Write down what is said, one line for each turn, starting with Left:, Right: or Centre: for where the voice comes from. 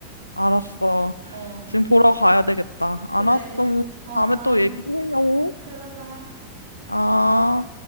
Left: 알았어.
Right: 어,
Left: 지금 보러 가야 되겠다. 알았어.
Right: 그래. 어,
Left: 다음에
Right: 다음에
Left: 또 얘기해요.
Right: 그러자.
Left: 아.